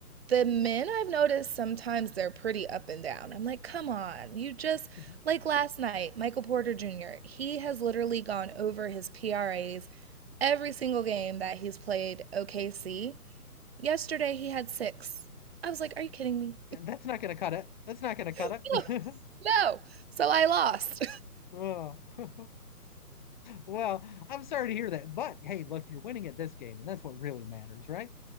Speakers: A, on the right (about 40°); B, on the left (about 30°).
A: the men i've noticed sometimes they're pretty up and down i'm like come on you just
B: Mhm.
A: like last night michael porter jr he has literally gone over his pras every single game that he's played okc yesterday he had six i was like are you kidding me
B: That's not going to cut it. That's not going to cut
A: <laughs>
B: it.
A: no, no. so i lost
B: <laughs> Oh. <laughs> Well, I'm sorry to hear that, but hey, look, you're winning at this game, and that's what really matters, right?